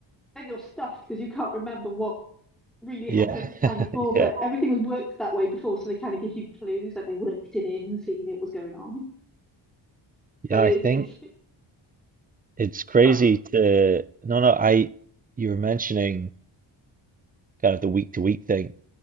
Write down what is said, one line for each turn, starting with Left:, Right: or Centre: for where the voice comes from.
Centre: then you're stuffed because you can't remember what really
Right: Yeah,
Centre: happened the time
Right: <laughs>
Centre: before, but
Right: yeah,
Centre: everything was worked that way before, so they kind of give you clues that they worked it in, so you knew what was going on.
Right: yeah.
Centre: So it's
Right: I think
Centre: it's
Right: it's crazy
Centre: sorry.
Right: to no, no. I you were mentioning kind of the week to week thing.